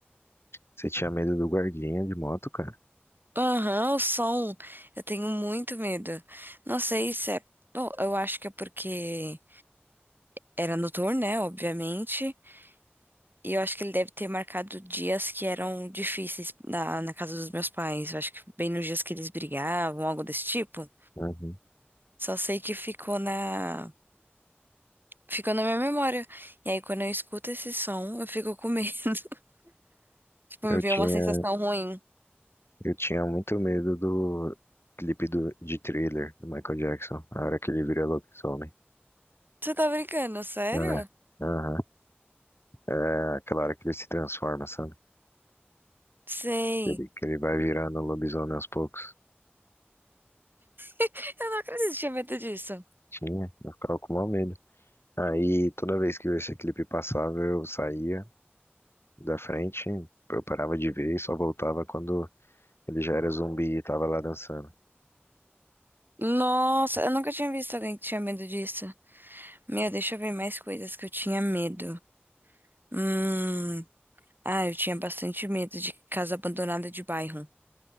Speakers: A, on the left; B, on the right.
A: Você tinha medo do guardinha de moto, cara?
B: Aham, o som. Eu tenho muito medo. Não sei se é. Bom, eu acho que é porque era noturno, né? Obviamente. E eu acho que ele deve ter marcado dias que eram difíceis na, na casa dos meus pais. Eu acho que bem nos dias que eles brigavam, algo desse tipo.
A: Uhum.
B: Só sei que ficou na. Ficou na minha memória. E aí, quando eu escuto esse som, eu fico com medo. <laughs> Tipo, me
A: Eu
B: vê
A: tinha,
B: uma sensação ruim.
A: eu tinha muito medo do clipe do, de Thriller, do Michael Jackson, a hora que ele vira lobisomem.
B: Você tá brincando, sério?
A: É, aham. É aquela hora que ele se transforma, sabe?
B: Sei.
A: Ele, que ele vai virando lobisomem aos poucos.
B: <laughs> Eu não acredito que tinha medo disso.
A: Tinha, eu ficava com mau medo. Aí toda vez que esse clipe passava, eu saía da frente, eu parava de ver e só voltava quando ele já era zumbi e tava lá dançando.
B: Nossa, eu nunca tinha visto alguém que tinha medo disso. Meu, deixa eu ver mais coisas que eu tinha medo. Hum. Ah, eu tinha bastante medo de casa abandonada de bairro.